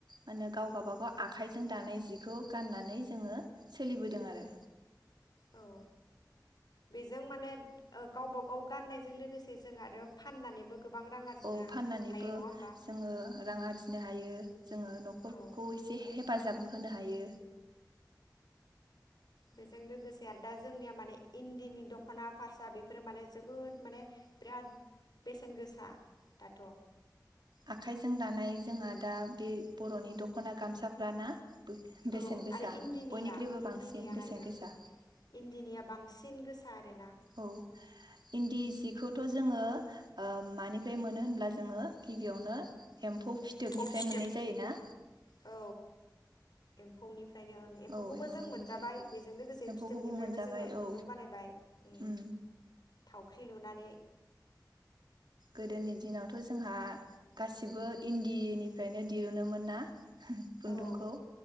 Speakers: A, on the right (about 80°); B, on the left (about 65°).
A: मानो गाव गावबागाव आखाइजों दानाय जिखौ गाननानै जोङो सोलिबोदों आरो
B: औ बेजों माने ओ गावबा गाव गाननायजों लोगोसे जों आरो फाननानैबो गोबां रां आरजिनो
A: औ फाननानैबो
B: हायो नङा होमबा
A: जोङो रां आरजिनो हायो। जोङो न'खरखौ
B: औ
A: एसे हे फाजाब होनो हायो।
B: बेजों लोगोसे आरो दा जोंनिया माने इन्दिनि दख'ना फारसा बेफोरो माने जोबोद माने बिराद बेसेन गोसा दाथ'।
A: आखाइजों दानाय जोंहा दा बे बर'नि दख'ना गामसाफ्रा ना? बेसेन
B: औ
A: गोसा
B: आरो इन्दिनिया
A: बयनिख्रुइबो बांसिन
B: इन्दिनियाहाय
A: बेसेन
B: ओं
A: गोसा।
B: इन्दिनिया बांसिन गोसा आरोना
A: औ इन्दि जि खौथ' जोङो ओ मानिफ्राय मोनो होनब्ला जोङो गिबियावनो एम्फौ फिथोबनिफ्राय
B: एम्फौ फिथोब
A: मोननाय जायो ना?
B: औ एम्फौनि फ्रायनो ओं एम्फौखौबो
A: औ एम्फौनिफ्राय
B: जों मोनजाबाय बेजों लोगोसे
A: एम्फौखौबो
B: फिथोबनिफ्रायबो
A: मोनजाबाय
B: जोङो खुन्दुं
A: औ
B: बानायबाय। ओम
A: उम
B: थाव ख्रि लुनानै
A: गोदोनि दिनावथ' जोंहा गासैबो इन्दिनिफ्रायनो दिरुनोमोन ना? खुन्दुंखौ
B: औ